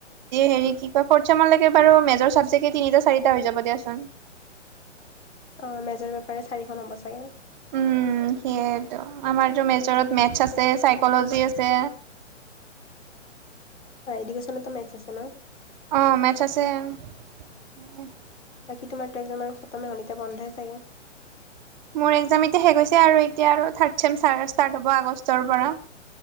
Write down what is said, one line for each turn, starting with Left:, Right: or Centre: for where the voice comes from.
Right: হেৰি কি কয় ফৰ্থ ছেম লৈকে বাৰু মেজৰ চাবজেক্টে তিনিটা চাৰিটা হৈ যাব দিয়াচোন
Left: অ মেজৰ পেপাৰে চাৰিখন হব চাগে।
Right: উম সেই আমাৰতো মেজৰত মেথছ আছে চাইকলজি আছে।
Left: অঁ এডুকেশ্যনতো মেথছ আছে ন
Right: অ মেটছ আছে যে
Left: বাকী তোমাৰতো একজাম আৰু খতমে হল এতিয়া বন্ধই চাগে।
Right: মোৰ একজাম এতিয়া শেষ হৈছে আৰু এতিয়া আৰু থাৰ্ড ছেমষ্টাৰ ষ্টাৰ্ট হ'ব আগষ্টৰ পৰা